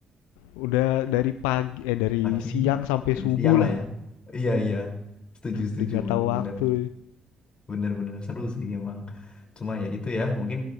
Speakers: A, on the left (about 85°); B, on the left (about 40°).
A: udah dari pagi eh dari
B: Pagi,
A: siang sampai subuh
B: jadi siang lah
A: lah.
B: ya. Iya, iya. Setuju, setuju.
A: Udah nggak
B: Bener-bener.
A: tahu waktu.
B: Bener-bener seru sih emang. Cuma ya itu ya, mungkin